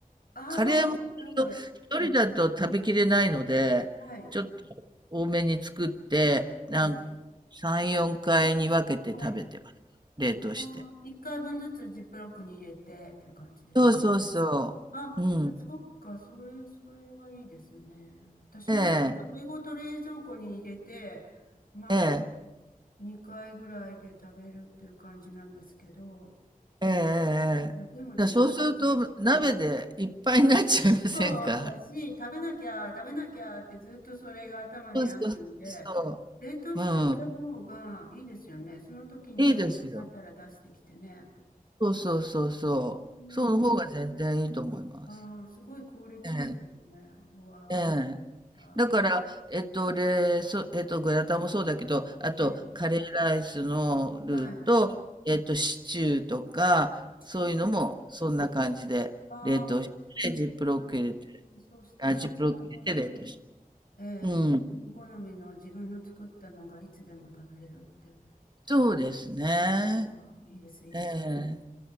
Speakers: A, on the left (about 85°); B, on the right (about 30°).
A: ああ、
B: カレーも
A: ジップロックで。
B: 一人だと食べきれないので、
A: はい。
B: ちょっと多めに作って、なん3、
A: ええ。
B: 4回に分けて食べてます。
A: はい。
B: 冷凍して。
A: ああ、一回分ずつジップロックに入れてっていう感じですね。
B: そうそうそう。
A: あ、
B: うん。
A: そっか、それ、それはいいですね。私なんか、
B: ええ、
A: 鍋ごと冷蔵庫に入れて、まあ、
B: ええ、
A: 2回ぐらいで食べるっていう感じなんですけど、
B: ええ、ええ。
A: うんでもちょっと、
B: ええだそうすると鍋でいっぱいになっちゃいませんか
A: うんそうだし、食べなきゃ、食べなきゃってずっとそれが頭にあるんで、
B: そうそうそう。
A: 冷凍しちゃった方がいいですよね。
B: うん。
A: その時に食べたくなったら出してきてね。
B: いいですよ。そうそうそうそう。
A: うん
B: その方が全然いいと思います。
A: ああー、すごい効率いいですね。
B: ええ、
A: うわ
B: ええ。
A: あ、あ
B: だから、えっと、で、そ、えっと、グラタンもそうだけど、あと、
A: ーね、
B: カレーライスのルーと、
A: はい。
B: えっと、シチューとか、
A: シチューですね。
B: そういうのも、そんな感じで、
A: ああ、
B: 冷凍して、ジップロック入れて、
A: うんそうしたらね、
B: あ、ジップロック入れて冷凍して。
A: 本当にええ、
B: うん。
A: 自分好みの自分の作ったのがいつでも食べれるって。
B: そうですね。
A: いいうわ、いいです、いいです。
B: ええ、